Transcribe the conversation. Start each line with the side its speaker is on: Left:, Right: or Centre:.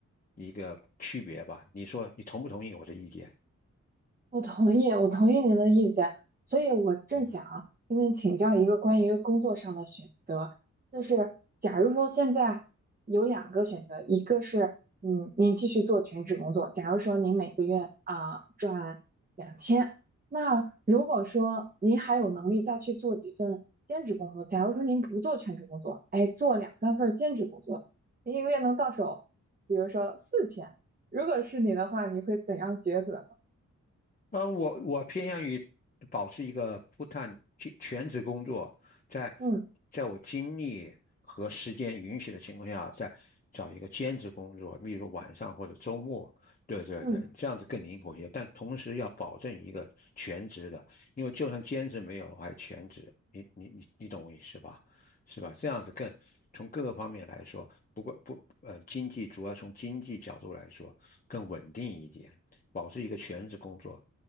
Left: 一个区别吧。你说你同不同意我的意见？
Right: 我同意，我同意您的意见，所以我正想跟您请教一个关于工作上的选择，
Left: 嗯。
Right: 就是假如说现在有两个选择，一个是嗯，您继续做全职工作，假如说您每个月啊挣两千，那如果说您还有能力再去做几份兼职工作，假如说您不做全职工作，哎，做两三份兼职工作，您一个月能到手，比如说四千，如果是你的话，你会怎样抉择呢？
Left: 呃，我我偏向于保持一个 f u 全全职工作，在
Right: 嗯
Left: 在我精力和时间允许的情况下，再找一个兼职工作，例如晚上或者周末。对对对，
Right: 嗯。
Left: 这样子更灵活一些，但同时要保证一个全职的，因为就算兼职没有了，我还全职。你你你你懂我意思吧？是吧？这样子更从各个方面来说，不过不呃，经济主要从经济角度来说更稳定一点。保持一个全职工作，